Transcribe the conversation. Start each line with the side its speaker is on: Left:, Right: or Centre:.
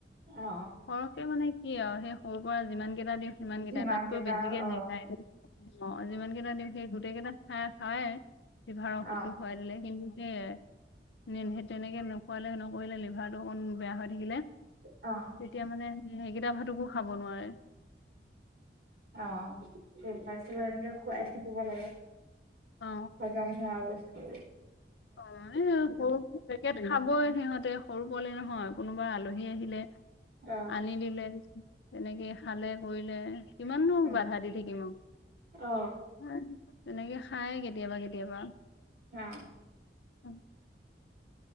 Right: অ
Left: সৰহকে মানে কি আৰু সেই সৰুৰ পৰা যিমান যিমান কেইটা দিওঁ সিমান কেইটা
Right: যিমান
Left: তাতকৈ বেছিকে
Right: অ
Left: নেখায় অ যিমান কেইটা দিওঁ সেই গোটেই কেইটা খাই খাই লিভাৰৰ ঔষধটো
Right: অ
Left: খুৱাই দিলে কিন্তু সেয়াই সেই তেনেকে নোখোৱালে নকৰিলে লিভাৰটো অকণ বেয়া হৈ থাকিলে
Right: অ
Left: তেতিয়া মানে সেইকেইটা ভাটকো খাব নোৱাৰে।
Right: অ স ফাষ্টতে এনেকে খুৱাই থাকিব লাগে।
Left: অ
Right: সজম হোৱা বস্তু।
Left: অ এ সৰু পেকেট খাবই সিহতে সৰু পোৱালি নহ। হয় কোনোবা আলহী আহিলে
Right: অ
Left: আনি দিলে তেনেকে খালে কৰিলে কিমান
Right: অ
Left: বাধা দি থাকি মই
Right: অ
Left: তেনেকে খায়াই কেতিয়াবা কেতিয়াবা।
Right: অ'
Left: উম,